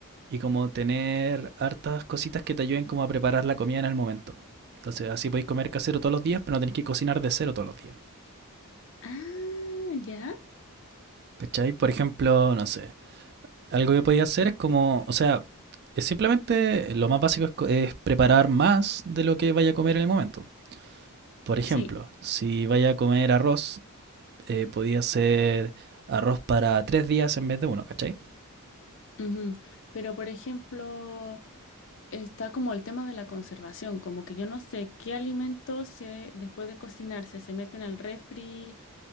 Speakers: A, on the right; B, on the left.
A: y como tener hartas cositas que te ayuden como a preparar la comida en el momento. Entonces, así podéis comer casero todos los días, pero no tenéis que cocinar de cero todos los días.
B: Ah, ya.
A: ¿Cachai? Por ejemplo, no sé. algo que podía hacer es como, o sea, es simplemente lo más básico es, co- es preparar más de lo que vaya a comer en el momento. Por ejemplo,
B: Sí.
A: si vaya a comer arroz, eh, podía hacer arroz para tres días en vez de uno, ¿cachai?
B: ujú. Pero por ejemplo, está como el tema de la conservación, como que yo no sé qué alimentos se, después de cocinarse se meten al refri